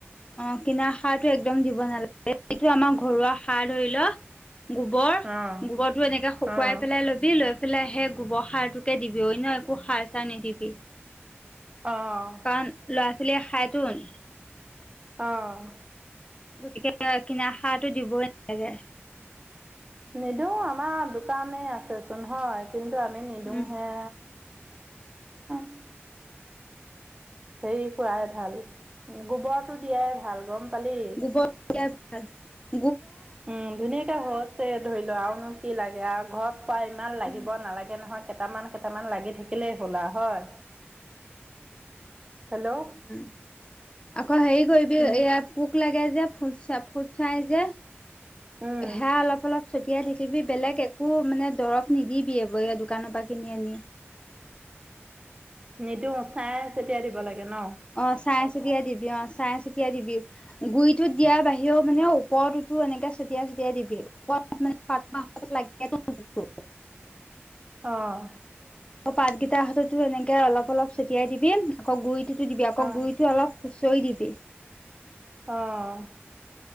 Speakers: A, on the left; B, on the right.
A: অ', কিনাৰ সাৰটো একদম দিব নালাগে এইটো আমাৰ ঘৰুৱা সাৰ ধৰি ল', গোবৰ
B: অঁ
A: গোবৰটো এনেকে শুকুৱাই
B: অঁ
A: পেলাই ল'বি লৈ পলে সেই গোবৰ সাৰটোকে দিবি, অন্য একো সাৰ চাৰ নিদিবি।
B: অঁ
A: কাৰণ ল'ৰা ছোৱালীয়ে খাইচোন,
B: অ'।
A: গতিকে কিনা সাৰটো দিবই নালাগে।
B: নিদওঁ আমাৰ দোকানেই আছেচোন হয় কিন্তু আমি নিদিওঁ
A: উম
B: হে, <unintelligible> হেৰি কৰাই ভাল, গোবৰটো দিয়াই ভাল গম পালি
A: গোবৰ দিয়াই ভাল
B: উম ধুনীয়াকে হৈছে ধৰি লোৱা আৰুনো, কি লাগে আৰু ঘৰত খোৱা ইমান লাগিব
A: উম
B: নালাগে নহয়। কেইটামান কেইটামান লাগি থাকিলেই হ'ল আও, হয়। হেল্ল'
A: উম, উম আকৌ হেৰি কৰিবি
B: উম
A: এয়া পোক লাগে যে, ফুটছা ফুটচাই যে সেৰা
B: উম
A: অলপ অলপ ছটিয়াই থাকিবি বেলেগ, একো মানে দৰৱ নিদিবিব এইয় দোকানৰ পৰা কিনি আনি
B: নিদিো চাই তেতিয়া দিব লাগে ন
A: অ চাই চকিয় দিবি ম চাই চতিিয়াই দিবি গুৰিতটোত দিয়াৰ বাহিৰেও মানে ওপৰতটোতো এনেকে ছটিয়াই চতিিয়াই দিবি ওপ <unintelligible> <unintelligible> মানে <unintelligible> পঠ <unintelligible> লাগ <unintelligible>
B: অঁ
A: অক পাতকেইট হাততো এনেকে অলপ অলপ ছটিয়াই দিবি আকৌ গুৰিটোতো দিবি আকৌ
B: অ
A: গুৰিটো অলপ শৈ দিবি
B: আহ